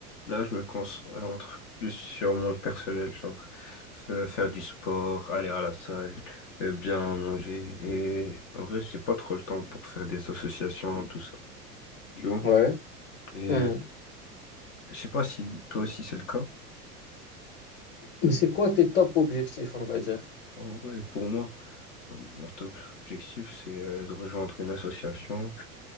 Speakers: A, on the left; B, on the left.
A: Là, je me concentre plus sur mon personnel, genre f- faire du sport, aller à la salle, euh, bien manger. Et en vrai, j'ai pas trop le temps pour faire des associations, tout ça. Tu vois?
B: Ouais.
A: Et
B: Hmm.
A: euh, je sais pas si toi aussi c'est le cas.
B: Mais c'est quoi tes top objectifs, on va dire?
A: En vrai, pour moi, mon top objectif, c'est euh, de rejoindre une association